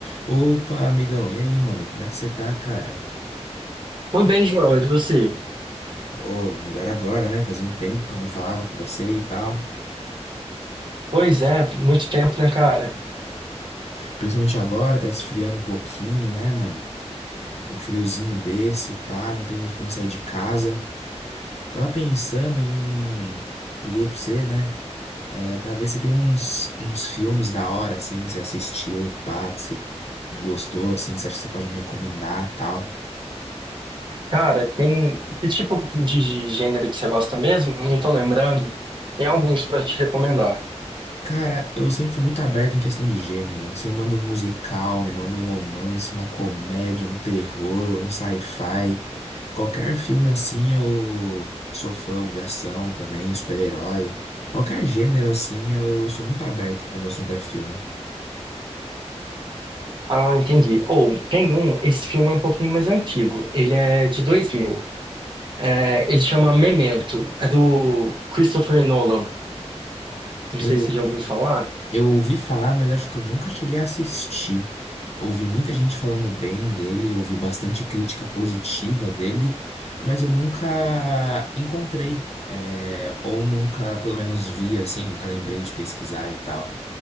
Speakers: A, on the left; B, on the right.
A: Opa, amigão, e aí, mano? Como é que você tá, cara?
B: Tô bem, João, e você?
A: Ô, melhor agora, né? Fazia um tempo que eu não falava com você e tal.
B: Pois é, muito tempo, né, cara?
A: Principalmente agora, tá esfriando um pouquinho, né, mano? Um friozinho desse, pá, não tem muito como sair de casa. Tava pensando em. Liguei pra você, né? É, pra ver se tem uns, uns filmes da hora, assim, que você assistiu, pá, que você gostou, assim, que você acha que você pode me recomendar, tal.
B: Cara, tem. Que tipo de de gênero que você gosta mesmo? Eu não tô lembrando. Tem alguns pra te recomendar.
A: Cara, eu sempre fui muito aberto em questão de gênero. Você manda um musical, me manda um romance, uma comédia, um terror, um sci-fi. Qualquer filme assim eu sou fã, um de ação também, super-herói. Qualquer gênero assim eu sou muito aberto quando o assunto é filme.
B: Ah, entendi. Ou, tem um, esse filme é um pouquinho mais antigo. Ele é de 2000. É, ele chama Memento. É do Christopher Nolan. Não
A: Eu
B: sei se você já ouviu falar.
A: Eu ouvi falar, mas acho que eu nunca cheguei a assistir. Ouvi muita gente falando bem dele, ouvi bastante crítica positiva dele, mas eu nunca encontrei, é, ou nunca, pelo menos, vi assim, nunca lembrei de pesquisar e tal.